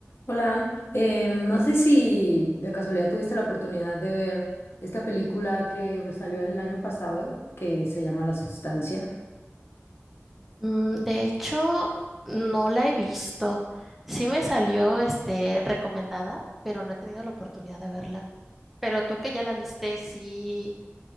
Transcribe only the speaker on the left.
Hola, eh, no sé si de casualidad tuviste la oportunidad de ver esta película que pues, salió el año pasado, que se llama La Sustancia.